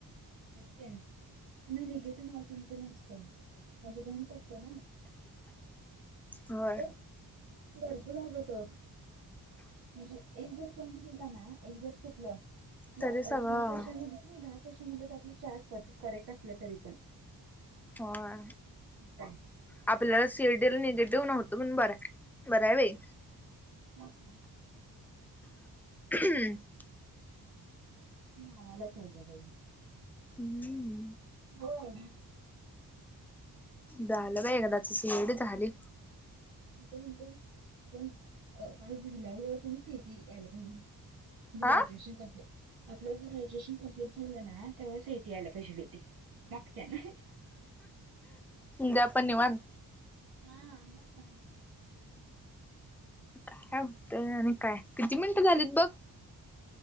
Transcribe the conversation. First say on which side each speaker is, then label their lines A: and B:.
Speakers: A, on the right; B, in the centre.
A: ते ना निेगेटिव्ह मार्किंग च नसत माझी बहीण करते ना
B: होय.
A: तर भरपूर <unintelligible> म्हणजे एक जर पईंट गेला ना एक जर चूकलं दहा
B: तरी सगळं
A: क्स्शन नाही दहा कस्शन मधे त्यातलं चार करेक्ट असलं तरी पण
B: होय
A: हौकाय?
B: आपल्याला सीएडीएल निगेटिव्ह नव्हतो पण बर बर बाई
A: मग काय
B: <unintelligible>
A: नावालाच आहे ग बाई.
B: हम्म
A: होय
B: झालं बाई एखदाच सी ई टी झाली
A: मी काय म्हणते आपण पास अ झाल्यावर त्यां सीईटी यायला पाहिजे ग्रॅज्युएशन
B: हा
A: कंप्लीट, आपलं जर ग्रॅज्युएशन कंप्लीट झालं ना तेव्हा सी ई टी याला पाहिजे होती. मगच्यांना
B: द्या पण निवांत
A: हा मग काय
B: काय होतं आणि काय, किती मिनिटं झालीत बघ?